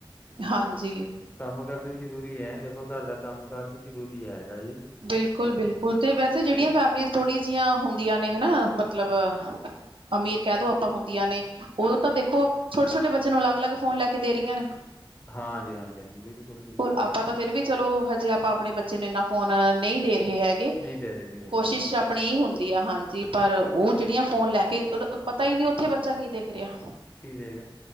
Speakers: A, on the right; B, on the left.
A: ਹਾਂਜੀ
B: ਕੰਮ ਕਰਦੇ ਵੀ ਜ਼ਰੂਰੀ ਐ, ਦੇਖੋ ਘਰ ਦਾ ਕੰਮ ਕਾਰ ਵੀ ਜ਼ਰੂਰੀ ਐ, ਹੈਗਾ ਜੀ।
A: ਬਿਲਕੁਲ, ਬਿਲਕੁਲ ਤੇ ਵੈਸੇ ਜਿਹੜੀਆਂ
B: ਤੇ
A: ਫੈਮਲੀ ਥੋੜੀ ਜਿਹੀਆਂ ਹੁੰਦੀ ਆਂ ਨੇ ਹਨਾਂ ਮਤਲਬ ਅਮੀਰ ਕਹਿ ਦੋ ਆਪਾਂ ਹੁੰਦੀਆਂ ਨੇਂ। ਉਹ ਤਾਂ ਦੇਖੋ ਛੋਟੇ ਛੋਟੇ ਬੱਚੇ ਨੂੰ ਅਲੱਗ-ਅਲੱਗ ਫੋਨ ਲੈ ਕੇ ਦੇ ਰਹੀਆਂ ਨੇ।
B: ਹਾਂਜੀ ਹਾਂਜੀ ਹਾਂਜੀ, ਬਿਲਕੁਲ ਬਿਲਕੁਲ।
A: ਆਪਾਂ ਤਾਂ ਫਿਰ ਵੀ ਚਲੋ ਹਜੇ ਆਪਾਂ ਆਪਣੇ ਬੱਚੇ ਨੇ ਇੰਨ੍ਹਾਂ ਫੋਨ ਨਈਂ ਦੇ ਰਹੇ ਹੈਗੇ
B: ਨਹੀਂ ਦੇ ਰਹੇ ਨਹੀਂ ਦੇ
A: ਕੋਸ਼ਿਸ਼
B: ਰਹੇ ਬਿਲਕੁਲ
A: ਆਪਣੀ ਈ ਹੁੰਦੀ ਆ, ਹਾਂਜੀ ਪਰ ਉਹ ਜਿਹੜੀਆਂ ਫੋਨ ਲੈ ਕੇ ਪ ਪਤਾ ਈਂ ਨਈਂ ਉੱਥੇ ਬੱਚਾ ਕੀ ਦੇਖ ਰਿਹਾ
B: ਕੀ ਦੇਗਾ